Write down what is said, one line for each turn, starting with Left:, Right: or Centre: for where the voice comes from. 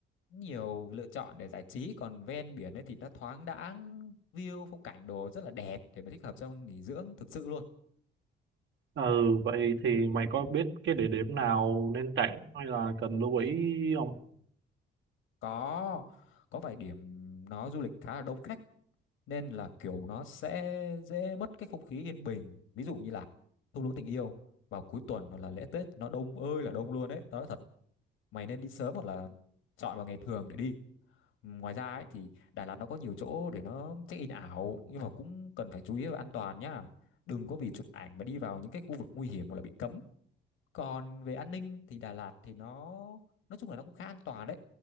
Left: nhiều lựa chọn để giải trí, còn ven biển ấy thì nó thoáng đãng, view phong cảnh đồ rất là đẹp để mà thích hợp cho nghỉ dưỡng thực sự luôn.
Right: Ừ, vậy thì mày có biết cái địa điểm nào nên tránh hay là cần lưu ý không?
Left: Có có vài điểm nó du lịch khá là đông khách nên là kiểu nó sẽ dễ mất cái không khí yên bình. Ví dụ như là thung lũng tình yêu vào cuối tuần hoặc là lễ Tết nó đông ơi là đông luôn đấy. tao nói thật. Mày nên đi sớm hoặc là chọn vào ngày thường để đi. Ngoài ra ấy thì Đà Lạt nó có nhiều chỗ để nó check-in ảo nhưng mà cũng cần phải chú ý về an toàn nhá. Đừng có vì chụp ảnh mà đi vào những cái khu vực nguy hiểm hoặc là bị cấm. Còn về an ninh thì Đà Lạt thì nó nói chung là nó cũng khá an toàn đấy.